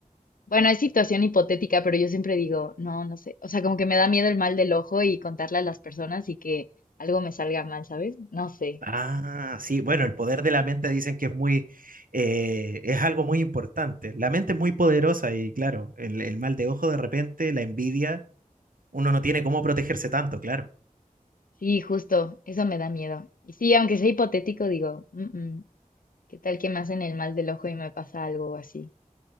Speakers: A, on the left; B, on the right.
A: bueno, es situación hipotética, pero yo siempre digo, no, no sé. O sea, como que me da miedo el mal del ojo y contarle a las personas y que algo me salga mal, ¿sabes? No sé.
B: Ah, sí, bueno, el poder de la mente dicen que es muy, eh, es algo muy importante. La mente es muy poderosa y claro, el, el mal de ojo de repente, la envidia, uno no tiene cómo protegerse tanto, claro.
A: Sí, justo, eso me da miedo. Y sí, aunque sea hipotético, digo, "Mm, mm, ¿qué tal que me hacen el mal del ojo y me pasa algo así?